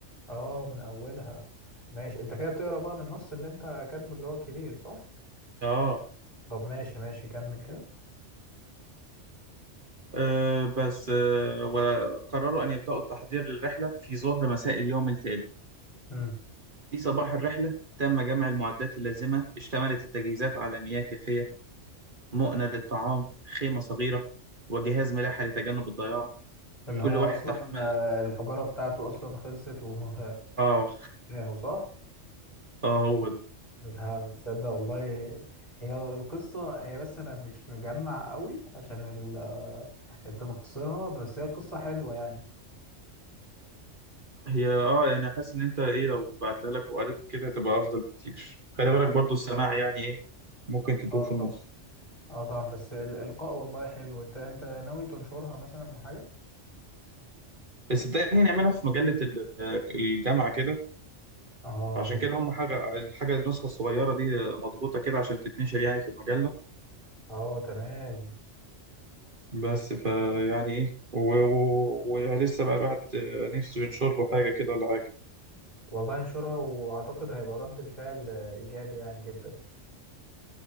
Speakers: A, on the left (about 25°); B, on the right (about 45°).
A: اه من اولها ماشي انت كده بتقرا بقى من النص اللي انت كاتبه اللي هو الكبير صح
B: آه
A: طب ماشي ماشي كمل كده
B: آه، بس آه وقرروا أن يبدأوا التحضير للرحلة في ظهر مساء اليوم التالي
A: امم
B: في صباح الرحلة تم جمع المعدات اللازمة اشتملت التجهيزات على مياه كافية مؤنة للطعام خيمة صغيرة وجهاز ملاحة لتجنب الضياع
A: اللي
B: كل
A: هو
B: واحد
A: اصلا
B: تحمل
A: آه، الحجاره بتاعته اصلا خلصت وهو
B: آه
A: <laughs> صح
B: اه هو ده
A: لا تصدق والله هي القصه هي بس انا مش مجمع قوي عشان ال... آه، انت مختصرها بس هي قصه حلوه يعني
B: هي اه يعني حاسس ان انت ايه لو بعتها لك وقريتها كده هتبقى افضل بكتير خلي
A: طب
B: بالك
A: حلو
B: برضو السماع يعني ايه ممكن تدور
A: اه
B: في
A: طب
B: النص
A: اه طبعا بس الالقاء والله حلو انت انت ناوي تنشرها مثلا او حاجه
B: بس صدقني نعملها في مجلة ال- آه، الجامعة كده
A: اه
B: عشان
A: جميل
B: كده هم حاجة الحاجة النسخة الصغيرة دي مضغوطة كده عشان تتنشر يعني في المجلة
A: اه تمام
B: بس فيعني ايه و- و- ولسه بقى الواحد نفسه ينشر له حاجة كده ولا حاجة
A: والله انشرها واعتقد هيبقى رد الفعل ايجابي يعني جدا